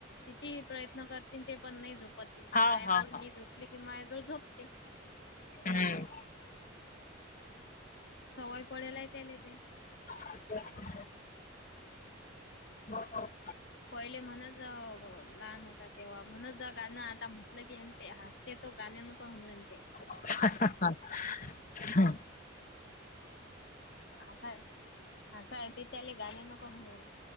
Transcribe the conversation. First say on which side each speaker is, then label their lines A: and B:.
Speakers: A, on the left; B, on the left.
A: किती ही प्रयत्न करतीन ते पण नाही झोपत
B: हा
A: माया्
B: हा
A: जवळ
B: हा
A: मी झोपली कि मायाजवळ झोपते.
B: हम्म.
A: सवय पडेलाय त्याले ते.
B: <inaudible> <inaudible>
A: पहिले म्हणच लहान होता तेव्हा म्हण ज गाणं आता म्हटलं की ते हस्ते तो गाणे मग कोण म्हणते.
B: हम.
A: असं आहे असं आहे त त्याले गाणी नको म्हणू.